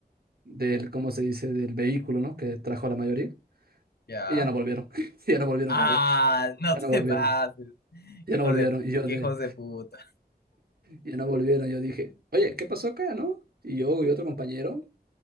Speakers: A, on the right; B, on the left.
A: del, ¿cómo se dice? Del vehículo, ¿no? Que trajo a la mayoría.
B: Ya.
A: Y ya no volvieron. <laughs> Ya no volvieron
B: Ah,
A: como,
B: <laughs> no
A: ya no volvieron.
B: te pases.
A: Ya
B: Hijos
A: no volvieron.
B: de,
A: Y yo de,
B: qué hijos de puta.
A: Ya no volvieron. Yo dije, oye, ¿qué pasó acá, no? Y yo y otro compañero,